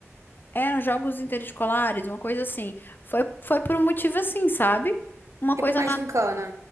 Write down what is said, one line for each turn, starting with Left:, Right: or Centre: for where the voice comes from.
Left: eram jogos interescolares, uma coisa assim. Foi, foi por um motivo assim, sabe? Uma
Right: Tipo
Left: coisa
Right: uma gincana.